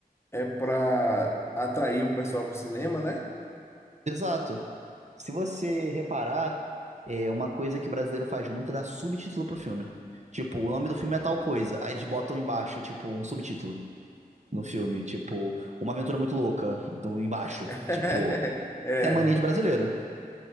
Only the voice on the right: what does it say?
Exato. Se você reparar, é uma coisa que brasileiro faz muito é dar subtítulo pro filme. Tipo, o nome do filme é tal coisa. Aí eles botam embaixo, tipo, um subtítulo. no filme. Tipo, Uma Aventura Muito Louca, do, embaixo.
Tipo,
isso é a mania de brasileiro.